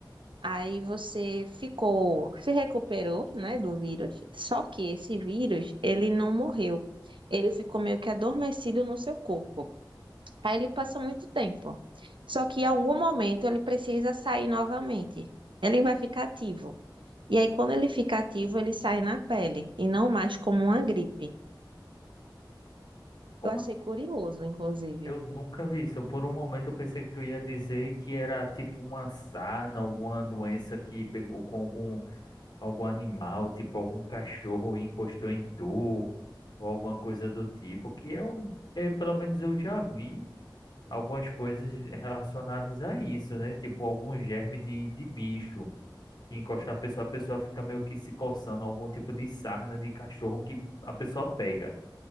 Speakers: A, on the right (about 85°); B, on the left (about 55°).
A: Aí você ficou, se recuperou, né, do vírus. Só que esse vírus, ele não morreu. Ele ficou meio que adormecido no seu corpo. Aí ele passa muito tempo. Só que em algum momento ele precisa sair novamente. Ele vai ficar ativo. E aí quando ele fica ativo, ele sai na pele e não mais como uma gripe.
B: como
A: Eu achei
B: assim?
A: curioso, inclusive.
B: eu nunca vi isso, por um momento eu pensei que tu ia dizer que era tipo uma sarna, alguma doença que pegou com algum algum animal, tipo algum cachorro encostou em tu, ou alguma coisa do tipo, que é, um- é pelo menos eu já vi algumas coisas relacionadas a isso, né? Tipo algum germe de, de bicho que encosta na pessoa, a pessoa fica meio que se coçando, algum tipo de sarna de cachorro que a pessoa pega.